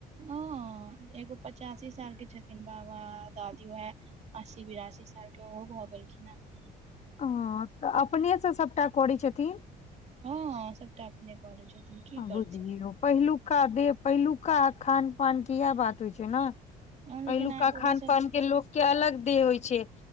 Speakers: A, on the right; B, on the left.
A: हँ एगो पचासी साल के छथिन बाबा दादी उहै अस्सी बिरासी साल के ओहो भऽ गेलखिन हें <inaudible>
B: हँ तऽ अपने से सबटा करै छथिन
A: हँ सबटा अपने करै छथिन की
B: बुझियौ
A: करथिन
B: पहिलुका देह पहिलुका खान पान के इहै बात होइ छै ने
A: हँ लेकिन
B: पहिलुका
A: आब ओहो
B: खान
A: सब
B: पान के लोक के अलग देह होइ छै